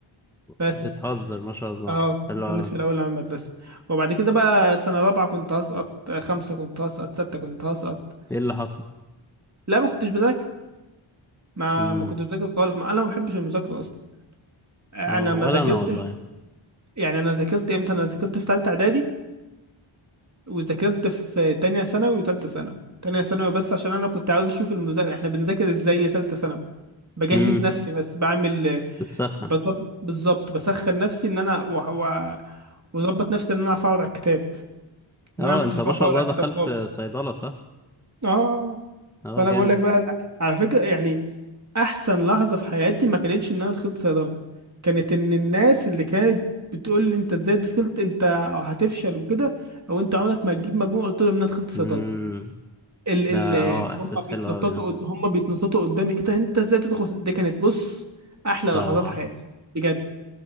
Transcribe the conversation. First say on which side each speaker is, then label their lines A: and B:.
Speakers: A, on the right; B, in the centre.
A: بس
B: بتهزر ما شاء الله
A: اه
B: حلو
A: ضليت
B: أوي.
A: في الاول على المدرسه وبعد كده بقى سنه رابعه كنت هسقط آه، خمسه كنت هسقط سته كنت هسقط
B: ايه اللي حصل
A: لا ما كنتش بذاكر ما
B: مم.
A: ما كنتش بذاكر خالص ما انا ما بحبش المذاكره اصلا آه،
B: اه
A: انا ما
B: ولا
A: ذاكرتش
B: انا والله
A: يعني انا ذاكرت امتى انا ذاكرت في ثالثه اعدادي وذاكرت في تانية ثانوي وثالثه ثانوي تانية ثانوي بس عشان انا كنت عاوز اشوف المذاكره احنا بنذاكر ازاي لثالثه ثانوي بجهز
B: مم.
A: نفسي بس بعمل آه،
B: بتسخن
A: بظب- بالظبط بسخن نفسي ان انا و- و- واظبط نفسي ان انا اعرف اقعد على الكتاب لان
B: اه
A: انا ما كنتش
B: انت ما
A: بعرف
B: شاء
A: اقعد
B: الله
A: على الكتاب
B: دخلت
A: خالص
B: صيدلة صح
A: اه
B: اه
A: فانا
B: جامد
A: بقول لك بقى لا، على فكره يعني احسن لحظه في حياتي ما كانتش ان انا دخلت صيدله كانت ان الناس اللي كانت بتقول لي انت ازاي دخلت انت هتفشل وكده او انت عمرك ما هتجيب مجموع قلت لهم ان انا دخلت صيدله
B: مم.
A: ال
B: ده اه
A: ال
B: احساس
A: هم بيتنططوا
B: حلو قوي ده
A: قد- هم بيتنططوا قدامي كده انت ازاي تدخل صيد-" دي كانت بص احلى
B: اه
A: لحظات حياتي بجد